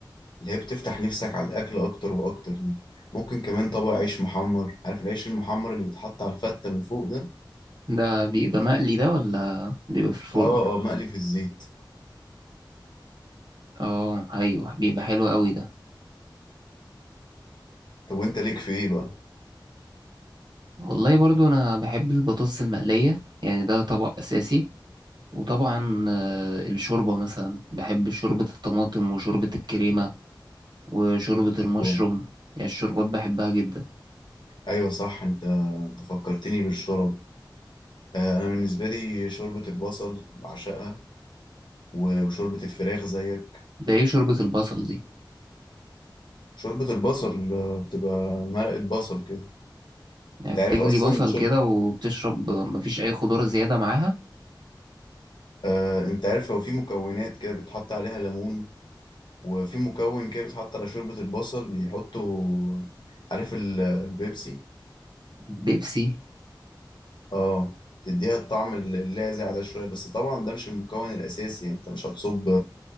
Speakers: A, on the left; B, on the right.
A: اللي هي بتفتح نفسك على الأكل أكتر وأكتر دي ممكن كمان طبق عيش محمر عارف العيش المحمر اللي بيتحط على الفتة من فوق ده
B: ده بيبقى مقلي ده ولا بيبقى في الفرن
A: اه اه مقلي في الزيت
B: اه ايوه بيبقى حلو قوي ده
A: طب وانت ليك في ايه بقى
B: والله برضو انا بحب البطاطس المقليه يعني ده طبق اساسي وطبعا آه، الشوربه مثلا بحب شوربه الطماطم وشوربه الكريمه وشوربه المشروم
A: أيوة
B: يعني الشوربات بحبها جدا
A: أيوة صح انت انت فكرتني بالشرب آه، انا بالنسبة لي شوربة البصل بعشقها و- وشوربة الفراخ زيك
B: ده ايه شوربه البصل دي
A: شوربة البصل آه، بتبقى مرقة بصل كده
B: يعني
A: انت
B: بتجلي
A: عارف اصلا
B: بصل
A: شرب...
B: كده وبتشرب مفيش اي خضار زياده معاها
A: آه انت عارف هو في مكونات كده بتحط عليها ليمون وفي مكون كده بيتحط على شوربة البصل بيحطوا عارف ال- البيبسي
B: بيبسي
A: اه تديها الطعم اللاذع ده شوية بس طبعا ده مش المكون الأساسي يعني انت مش هتصب